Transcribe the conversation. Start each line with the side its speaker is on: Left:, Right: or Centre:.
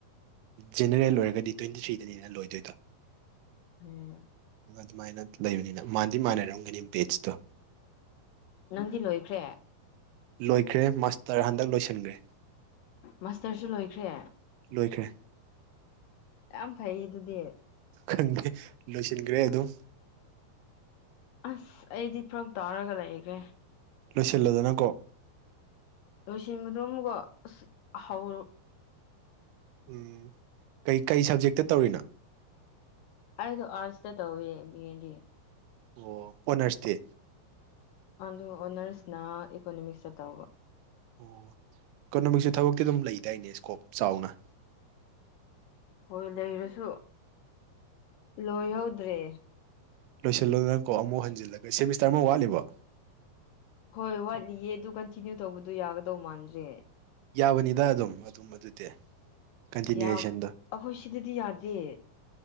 Right: ꯖꯦꯅꯔꯦꯜ ꯑꯣꯏꯔꯒꯗꯤ ꯇ꯭ꯋꯦꯟꯇꯤ ꯊ꯭ꯔꯤꯗꯅꯦꯅ ꯂꯣꯏꯗꯣꯏꯗꯣ
Left: ꯎꯝ
Right: ꯑꯗꯨꯃꯥꯏꯅ ꯂꯩꯕꯅꯤꯅ ꯃꯥꯥꯟꯗꯤ ꯃꯥꯟꯅꯔꯝꯒꯅꯤ ꯕꯦꯁꯇꯣ
Left: ꯅꯪꯗꯤ ꯂꯣꯏꯈ꯭ꯔꯦ
Right: ꯂꯣꯏꯈ꯭ꯔꯦ ꯃꯥꯁꯇꯔ ꯍꯟꯗꯛ ꯂꯣꯏꯁꯤꯟꯈ꯭ꯔꯦ
Left: ꯃꯥꯁꯇꯔꯁꯨ ꯂꯣꯏꯈ꯭ꯔꯦ
Right: ꯂꯣꯏꯈ꯭ꯔꯦ
Left: ꯌꯥꯝ ꯐꯩ ꯑꯗꯨꯗꯤ
Right: ꯈꯪꯗꯦ ꯂꯣꯏꯁꯤꯟꯈ꯭ꯔꯦ ꯑꯗꯨꯝ
Left: ꯑꯁ ꯑꯩꯗꯤ ꯐꯔꯛ ꯇꯥꯔꯒ ꯂꯩꯒꯦ
Right: ꯂꯣꯏꯁꯤꯜꯂꯣꯗꯅ ꯀꯣꯛ
Left: ꯂꯣꯏꯁꯤꯟꯕꯗꯣ ꯑꯃꯨꯀꯣ ꯑꯁ ꯍꯧꯔ
Right: ꯎꯝ ꯀꯩ ꯀꯩ ꯁꯕꯖꯦꯛꯇ ꯇꯧꯔꯤꯅꯣ
Left: ꯑꯩꯗꯣ ꯑꯥꯔꯠꯁꯇ ꯇꯧꯋꯦ ꯕꯤ ꯑꯦ ꯗꯤ
Right: ꯑꯣ ꯑꯣꯅꯔꯁ ꯇꯤ
Left: ꯑꯗꯨ ꯑꯣꯅꯔꯁꯅ ꯏꯀꯣꯅꯣꯃꯤꯛꯁꯇ ꯇꯧꯕ
Right: ꯑꯣ ꯏꯀꯣꯅꯣꯃꯤꯛꯁꯨ ꯊꯕꯛꯇꯤ ꯑꯗꯨꯝ ꯂꯩꯗꯥꯏꯅꯦ ꯏꯁꯀꯣꯞ ꯆꯥꯎꯅ
Left: ꯍꯣꯏ ꯂꯩꯔꯁꯨ ꯂꯣꯏꯍꯧꯗ꯭ꯔꯦ
Right: ꯂꯣꯏꯁꯤꯜꯂꯣ ꯅꯪ ꯀꯣ ꯑꯃꯨꯛ ꯍꯟꯖꯤꯜꯂꯒ ꯁꯦꯃꯤꯁꯇꯔ ꯑꯃ ꯋꯥꯠꯂꯤꯕ
Left: ꯍꯣꯏ ꯋꯥꯠꯂꯤꯌꯦ ꯑꯗꯨ ꯀꯟꯇꯤꯅ꯭ꯌꯨ ꯇꯧꯕꯗꯨ ꯌꯥꯒꯗꯧ ꯃꯥꯟꯗ꯭ꯔꯦ
Right: ꯌꯥꯕꯅꯤꯗ ꯑꯗꯨꯝ ꯑꯗꯨꯝ ꯑꯗꯨꯗꯤ ꯀꯟꯇꯤꯅ꯭ꯌꯨꯌꯦꯁꯟꯗꯣ
Left: ꯌꯥꯝ ꯑꯩꯈꯣꯏ ꯁꯤꯗꯗꯤ ꯌꯥꯗꯦ